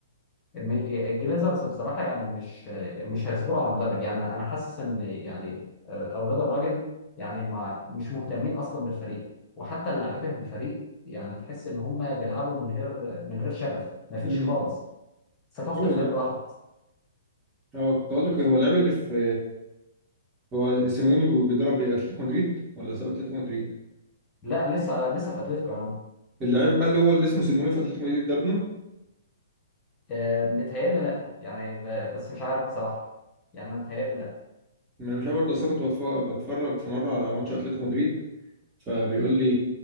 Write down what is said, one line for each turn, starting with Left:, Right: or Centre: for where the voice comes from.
Left: الم- الجليزرز بصراحة يعني مش آه، مش هيصبروا على مدرب يعني انا أنا حاسس ان يعني آه، اولاد الراجل يعني مع مش مهتمين اصلا بالفريق وحتى اللاعيبة في الفريق يعني تحس ان هم بيلعبوا من غير من غير شغف مفيش
Right: مم.
Left: خالص ثقافة
Right: ايوه
Left: الفريق
Right: والله
Left: راحت أصلاً.
Right: اه كنت اقول لك هو اللاعب اللي في هو سيميوني بي- بيدرب ايه اتلتيكو مدريد ولا ساب اتلتيكو مدريد
Left: لا لسه لسه في اتلتيكو يعني
Right: اللاعب بقى اللي هو اللي اسمه سيميوني في اتلتيكو مدريد ده ابنه
Left: آه، متهيألي لأ يعني ب- بس مش عارف بصراحة يعني أنا متهيألي لأ
Right: ما مش عارف برضه أصل أنا كنت بتف- بتفرج في مره على ماتش اتلتيكو مدريد فبيقول لي